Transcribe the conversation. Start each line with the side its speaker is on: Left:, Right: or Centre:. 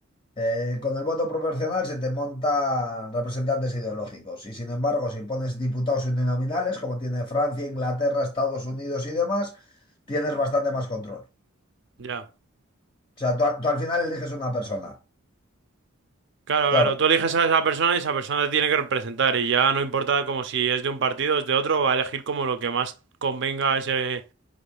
Left: Eh, con el voto proporcional se te montan representantes ideológicos y sin embargo si pones diputados uninominales como tiene Francia, Inglaterra, Estados Unidos y demás, tienes bastante más control.
Right: ya.
Left: O sea, tú, a- tú al final eliges una persona.
Right: Claro,
Left: Claro,
Right: claro, tú eliges a esa persona y esa persona te tiene que representar y ya no importa como si es de un partido o es de otro, va a elegir como lo que más convenga a ese